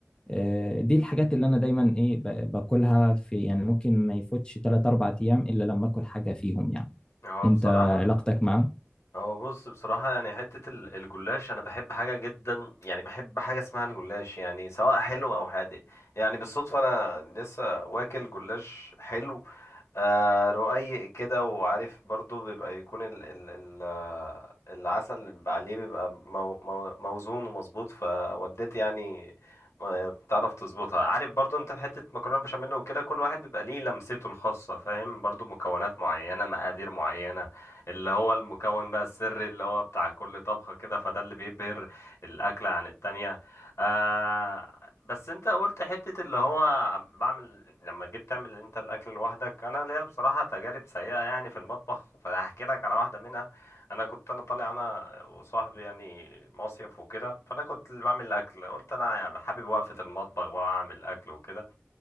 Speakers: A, on the left; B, on the left.
A: آه، دي الحاجات اللي انا دايما ايه ب- باكلها في يعني ممكن ما يفوتش 3 4 ايام الا لما اكل حاجة فيهم يعني
B: هو
A: انت
B: بصراحة
A: علاقتك معاهم
B: هو بص بصراحة يعني حتة ال- الجلاش أنا بحب حاجة جدا يعني بحب حاجة اسمها الجلاش يعني سواء حلو أو حادق يعني بالصدفة أنا لسه واكل جلاش حلو آه رقيق كده وعارف برضو بيبقى يكون ال ال ال آه، العسل اللي بيبقى عليه بيبقى مو مو موزون ومظبوط فوالدتي يعني آه، بتعرف تظبطها عارف برضو انت في حتة مكرونة بشاميل وكده كل واحد بيبقى ليه لمسته الخاصة فاهم برضو مكونات معينة مقادير معينة اللي هو المكون بقى السري اللي هو بتاع كل طبخة كده فده اللي بيبهر الأكلة عن التانية آه بس انت قلت حتة اللي هو بعمل لما جيت تعمل انت الاكل لوحدك انا ليا بصراحة تجارب سيئة يعني في المطبخ <laughs> فهحكي لك على واحدة منها انا كنت انا طالع انا وصاحبي يعني مصيف وكده فانا كنت اللي بعمل الاكل قلت انا يعني حابب وقفة المطبخ واعمل اكل وكده